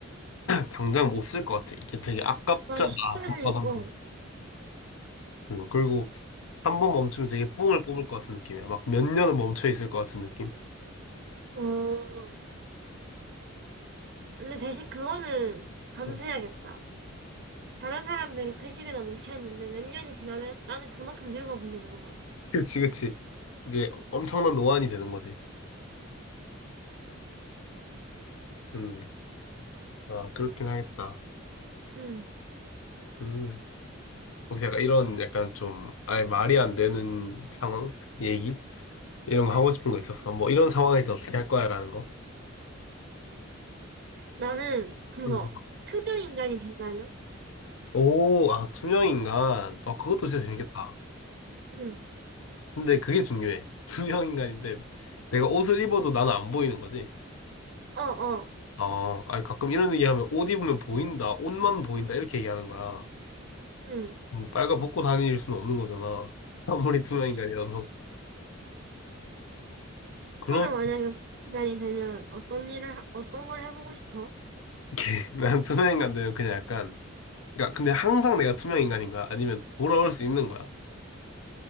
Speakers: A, on the left; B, on the right.
A: 당장 못 쓸 것 같아. 이게 되게 아깝잖아.
B: 맞아, 14일,
A: 한번 한
B: 어,
A: 번. 응, 그리고 한 번 멈추면 되게 뽕을 뽑을 것 같은 느낌이야. 막 몇 년은 멈춰 있을 것 같은 느낌.
B: 어. 근데 대신 그거는 감수해야겠다.
A: 응. <laughs>
B: 다른 사람들은 그 시기에 멈춰있는데 몇 년이 지나면 나는 그만큼 늙어버리는 거잖아.
A: 그치, 그치. 이제 엄청난 노안이 되는 거지. 음, 아, 그렇긴 하겠다.
B: 응.
A: 음. 혹시 약간 이런 약간 좀 아예 말이 안 되는 상황? 얘기? 이런 거 하고 싶은 거 있었어. 뭐 이런 상황에서 어떻게 할 거야? 라는 거.
B: 나는 그거
A: 음.
B: 투명인간이 된다면?
A: 오, 아, 투명 인간. 아, 그것도 진짜 재밌겠다.
B: 응. 응.
A: 근데 그게 중요해. <laughs> 투명 인간인데 내가 옷을 입어도 나는 안 보이는 거지.
B: 어, 어.
A: 아, 아니 가끔 이런 얘기하면 옷 입으면 보인다, 옷만 보인다 이렇게 얘기하는 거야.
B: 응.
A: 뭐 빨간 벗고 다닐 수는 없는 거잖아. <laughs> 아무리 투명
B: 그치.
A: 인간이라도.
B: 오빠는
A: 그럼
B: 만약에 투명인간이 되면 어떤 일을, 하- 어떤 걸 해보고 싶어?
A: 이렇게 <laughs> 난 투명 인간 되면 그냥 약간 그러니까 근데 항상 내가 투명 인간인 거야? 아니면 돌아올 수 있는 거야?